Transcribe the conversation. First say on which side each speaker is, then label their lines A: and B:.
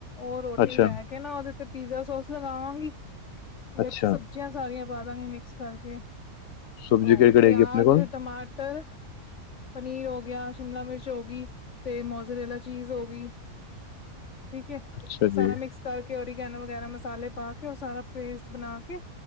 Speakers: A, on the left; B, on the left.
A: ਉਹ ਰੋਟੀ
B: ਅੱਛਾ
A: ਲੈ ਕ ਕੇ ਨਾ ਉਹਦੇ ਤੇ ਪੀਜ਼ਾ ਸੋਸ ਲਗਾਵਾਂਗੀ
B: ਅੱਛਾ
A: ਵਿੱਚ ਸਬਜ਼ ਸਬਜੀਆਂ ਸਾਰੀਆਂ ਪਾ ਦਾਂਗੀ ਮਿਕਸ ਕਰਕੇ
B: ਸਬਜ਼ੀ
A: ਉਹ
B: ਕਿਹੜੀ ਕਿਹੜੀ
A: ਪਿਆਜ
B: ਹੈਗੀ ਆਪਣੇ ਕੋਲ
A: ਟਮਾਟਰ ਪਨੀਰ ਹੋ ਗਿਆ ਸ਼ਿਮਲਾ ਮਿਰਚ ਹੋ ਗਈ ਤੇ ਮੋਜ਼ਰੇਲਾ ਚੀਜ਼ ਹੋ ਗਈ ਠੀਕ ਏ
B: ਅੱਛਾ ਜੀ
A: ਸਾਰਾ ਮਿਕਸ ਕਰਕੇ ਉਰੀਗੈਨੋ ਵਗੈਰਾ ਮਸਾਲੇ ਪਾ ਕੇ ਉਹ ਸਾਰਾ ਪੇਸਟ ਬਨਾ ਕੇ